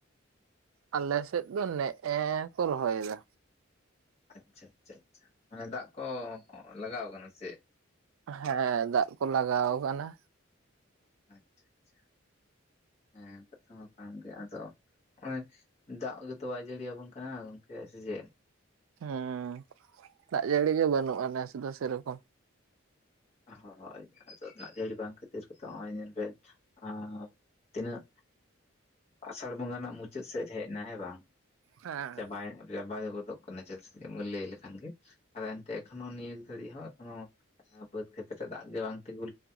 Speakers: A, on the right; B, on the left.
A: ᱟᱞᱮ ᱥᱮᱫ ᱫᱚ ᱱᱮᱜᱼᱮ ᱠᱚ ᱨᱚᱦᱚᱭᱮᱫᱟ᱾
B: ᱟᱪᱪᱷᱟ ᱟᱪᱪᱷᱟ ᱟᱪᱪᱷᱟ ᱢᱟᱱᱮ ᱫᱟᱜ ᱠᱚ ᱞᱟᱜᱟᱣ ᱠᱟᱱᱟ ᱥᱮ
A: ᱦᱮᱸ ᱫᱟᱜ ᱠᱚ ᱞᱟᱜᱟᱣ ᱟᱠᱟᱱᱟ
B: ᱟᱪᱪᱷᱟ ᱟᱪᱪᱷᱟ ᱦᱮᱸ ᱠᱟᱛᱷᱟ ᱦᱚ ᱠᱟᱱ ᱜᱮᱭᱟ ᱟᱫᱚ ᱱᱚᱜ ᱚᱭ ᱫᱟᱜ ᱜᱮᱛᱚ ᱟᱭ ᱡᱟᱹᱲᱤᱭᱟᱵᱚᱱ ᱠᱟᱱᱟ ᱜᱚᱝᱠᱮ ᱥᱮ ᱪᱮᱫ
A: ᱦᱩᱸ ᱫᱟᱜ ᱡᱟᱹᱲᱤ ᱜᱮ ᱵᱟᱹᱱᱩᱜᱼᱟ ᱱᱮᱥ ᱫᱚ ᱥᱮ ᱨᱚᱠᱚᱢ
B: ᱦᱳᱭ ᱟᱫᱚ ᱫᱟᱜ ᱡᱟᱹᱲᱤ ᱵᱟᱝ ᱠᱷᱟᱹᱛᱤᱨ ᱛᱮ ᱛᱚ ᱱᱚᱜᱼᱚᱭ ᱧᱮᱞ ᱵᱮᱱ ᱟᱸ ᱛᱤᱱᱟᱹᱜ ᱟᱥᱟᱲ ᱵᱚᱸᱜᱟ ᱨᱮᱱᱟᱜ ᱢᱩᱪᱟᱹᱫ ᱥᱮᱪ ᱦᱮᱡ ᱮᱱᱟ ᱦᱮᱸ ᱵᱟᱝ
A: ᱦᱮᱸ
B: ᱪᱟᱵᱟᱭ ᱱᱟ <inaudible> ᱜᱚᱫᱚᱜ ᱠᱟᱱᱟ ᱡᱟᱹᱥᱛᱤ ᱢᱩᱞᱤᱭᱟᱹ ᱞᱮᱠᱷᱟᱱ ᱜᱮ ᱟᱫᱚ ᱮᱱᱛᱮ ᱮᱠᱷᱚᱱᱳ ᱱᱤᱭᱟᱹ ᱜᱷᱟᱹᱲᱤ ᱦᱚᱸ ᱮᱠᱷᱚᱱᱳ ᱵᱟᱹᱫ ᱠᱷᱮᱛ ᱨᱮ ᱫᱟᱜ ᱜᱮ ᱵᱟᱝ ᱛᱤᱜᱩ